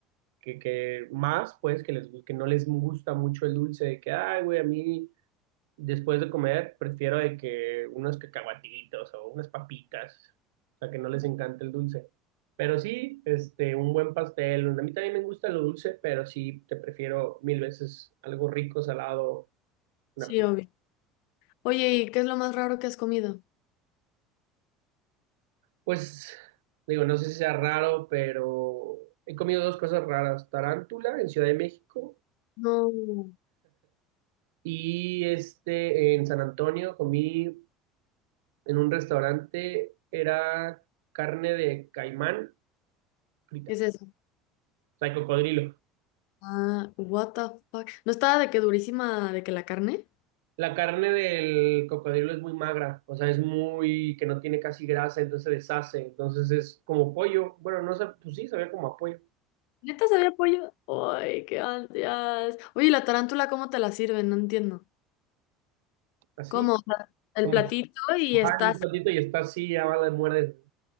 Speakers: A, on the right; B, on the left.
A: que, que más, pues, que, les, que no les gusta mucho el dulce, de que, ay, güey, a mí después de comer prefiero de que unos cacahuatitos o unas papitas, o sea, que no les encanta el dulce. Pero sí, este, un buen pastel, a mí también me gusta lo dulce, pero sí, te prefiero mil veces algo rico, salado, una
B: Sí,
A: pizza.
B: obvio. Oye, ¿y qué es lo más raro que has comido?
A: Pues, digo, no sé si sea raro, pero he comido dos cosas raras, tarántula en Ciudad de México
B: No,
A: y este, en San Antonio comí en un restaurante era carne de caimán frita,
B: ¿qué es
A: o
B: eso?
A: sea, de cocodrilo.
B: Ah, what the fuck. ¿No estaba de que durísima de que la carne?
A: La carne del cocodrilo es muy magra, o sea, es muy, que no tiene casi grasa, entonces se deshace, entonces es como pollo, bueno, no sé, pues sí, sabía como a pollo,
B: ¿Neta sabía pollo? Ay, qué ansias. Oye, ¿y la tarántula cómo te la sirven? No entiendo.
A: así,
B: Como el
A: como
B: platito y
A: mojada
B: estás.
A: en un platito y está así, ya va, la muerde.